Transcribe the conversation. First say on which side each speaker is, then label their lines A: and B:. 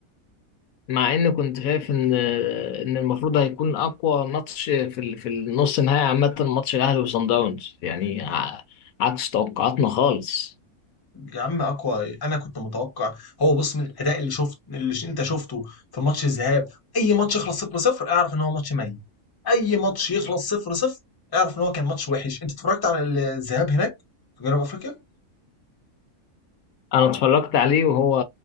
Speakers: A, on the left; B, on the left.
A: مع ان كنت شايف ان ان المفروض هيكون اقوى ماتش في ال- في النص النهائي عامه ماتش الاهلي وصن داونز يعني ع- عكس توقعاتنا خالص
B: يا عم اقوى انا كنت متوقع هو بص من الاداء اللي شفت اللي ش- انت شفته في ماتش الذهاب اي ماتش يخلص 0 0 اعرف ان هو ماتش ميت اي ماتش يخلص 0 0 اعرف ان هو كان ماتش وحش انت اتفرجت على ال- الذهاب هناك في جنوب افريقيا
A: انا اتفرجت عليه وهو